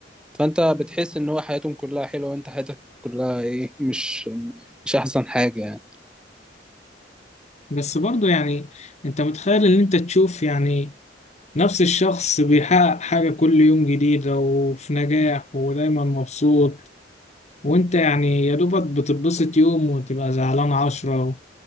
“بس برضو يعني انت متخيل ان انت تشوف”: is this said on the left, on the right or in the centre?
Left